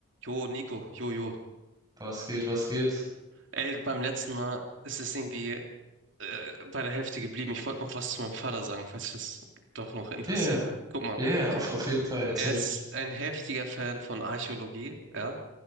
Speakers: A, on the right; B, on the right.
A: Jo, Nico, jo, jo.
B: Was geht, was geht?
A: Ey, beim letzten Mal ist es irgendwie äh, bei der Hälfte geblieben. Ich wollte noch was zu meinem Vater sagen, falls das doch noch interessiert.
B: Ja, ja,
A: Guck mal,
B: ja, ja, auf, auf jeden Fall erzähl.
A: er ist ein heftiger Fan von Archäologie, ja.